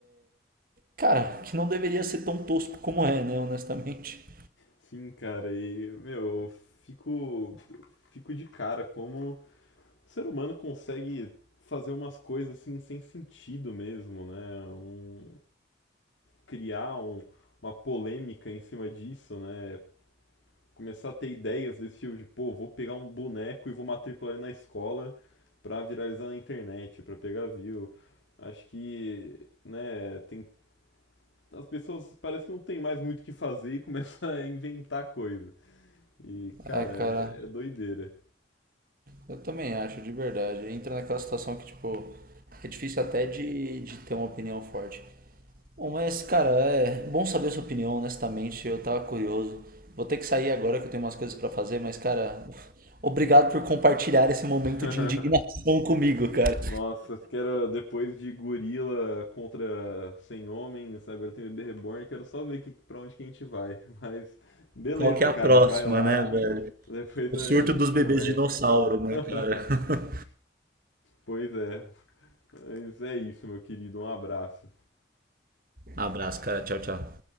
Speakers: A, on the right; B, on the left.
A: cara, que não deveria ser tão tosco como é, né, honestamente.
B: Sim, cara, e, meu, eu fico, fico de cara como o ser humano consegue fazer umas coisas assim sem sentido mesmo, né? Um, criar um- uma polêmica em cima disso, né? Começar a ter ideias desse tipo de, pô, vou pegar um boneco e vou matricular ele na escola pra viralizar na internet, pra pegar view. Acho que, né, tem as pessoas parece que não tem mais muito o que fazer e começa a inventar coisa. E, cara,
A: É, cara,
B: é, é doideira.
A: eu também acho, de verdade. Entra naquela situação que, tipo, é difícil até de, de ter uma opinião forte. Bom, mas cara, é bom saber a sua opinião, honestamente. Eu tava curioso. Vou ter que sair agora que eu tenho umas coisas pra fazer, mas cara, <laughs> obrigado por compartilhar esse momento
B: <laughs>
A: de indignação <laughs> comigo, cara.
B: Nossa, que era depois de gorila contra 100 homens, agora tem bebê reborn, quero só ver que, pra onde que a gente vai. <laughs> Mas, beleza,
A: Qual que é a
B: cara,
A: próxima,
B: vai lá,
A: né, velho?
B: depois
A: O
B: é,
A: surto
B: a gente
A: dos
B: conversa.
A: bebês dinossauro, né,
B: <laughs>
A: cara? <laughs>
B: Pois é, mas é isso, meu querido, um abraço.
A: Abraço, cara. Tchau, tchau.